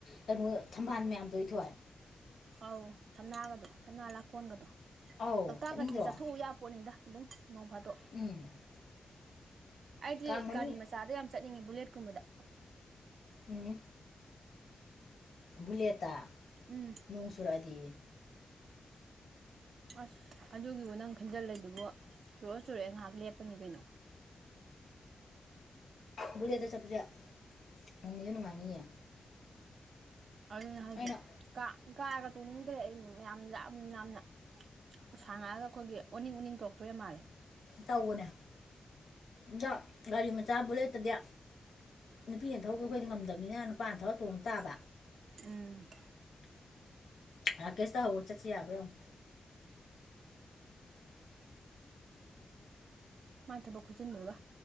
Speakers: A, on the left; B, on the right.
A: ꯀꯩꯅꯣ ꯊꯝꯕꯥꯜ ꯃꯌꯥꯝꯗꯣ ꯏꯊꯣꯏ
B: ꯑꯧ ꯊꯝꯅꯥꯒꯗꯣ ꯊꯝꯅꯥ ꯂꯥꯛꯀꯣꯟꯒꯗꯣ
A: ꯑꯧ
B: ꯂꯣꯛꯇꯥꯛꯀꯁꯤ
A: ꯆꯠꯅꯤꯡꯗ꯭ꯔꯣ
B: ꯆꯠꯊꯣꯛꯎ ꯌꯥ ꯄꯣꯠꯅꯤꯗ ꯑꯗꯨꯝ ꯅꯣꯡ ꯐꯗꯣ
A: <unintelligible>
B: ꯑꯩꯗꯤ
A: ꯀꯥꯡ ꯃꯅꯨꯡ
B: ꯒꯥꯔꯤ ꯃꯆꯥꯗ ꯌꯥꯝ ꯆꯠꯅꯤꯡꯉꯦ ꯕꯨꯂꯦꯠꯀꯨꯝꯕꯗ
A: ꯎꯝ ꯕꯨꯂꯦꯠꯇꯥ
B: ꯎꯝ
A: ꯅꯣꯡ ꯆꯨꯔꯛꯑꯗꯤ
B: ꯑꯥꯁ ꯑꯗꯨꯒꯤꯕꯨ ꯅꯪ ꯈꯟꯖꯜꯂꯤꯗꯨꯕꯨ ꯆꯨꯔ ꯆꯨꯔꯛꯑꯦ ꯉꯥꯏꯍꯥꯛ ꯂꯦꯞꯄꯅꯤ ꯀꯩꯅꯣ
A: ꯕꯨꯂꯦꯠꯇ ꯆꯄꯁꯦ ꯅꯨꯡꯗꯤ ꯅꯨꯡꯉꯥꯏꯅꯤꯌꯦ
B: ꯑꯗꯨꯅ ꯍꯥꯏꯗꯤ
A: ꯑꯩꯅ
B: ꯀꯥꯔꯒ ꯇꯣꯡꯅꯤꯡꯗ꯭ꯔꯦ ꯑꯩ ꯌꯥꯝ ꯌꯥꯝ ꯌꯥꯝꯅ ꯁꯥꯡꯉꯥꯛꯑꯥꯒ ꯑꯩꯈꯣꯏꯒꯤ ꯑꯣꯅꯤꯡ ꯑꯣꯅꯤꯡ ꯇꯣꯛꯇꯣꯏꯔ ꯃꯥꯜꯂꯦ
A: ꯇꯧꯕꯅꯦ ꯑꯗꯣ ꯒꯥꯔꯤ ꯃꯆꯥ ꯕꯨꯂꯦꯠꯇꯗꯤ ꯅꯨꯄꯤ ꯑꯩ ꯊꯧꯗꯤ ꯑꯩꯈꯣꯏꯗꯤ ꯉꯝꯗꯕꯅꯤꯅ ꯅꯨꯄꯥꯅ ꯊꯧꯔ ꯇꯣꯡ ꯇꯥꯕ
B: ꯎꯝ
A: ꯔꯥꯀꯦꯁꯇ ꯍꯪꯉꯨ ꯆꯠꯁꯤ ꯌꯥꯕ꯭ꯔꯥ ꯌꯦꯡꯎ
B: ꯃꯥ ꯊꯕꯛ ꯈꯨꯖꯤꯟꯗꯨꯒ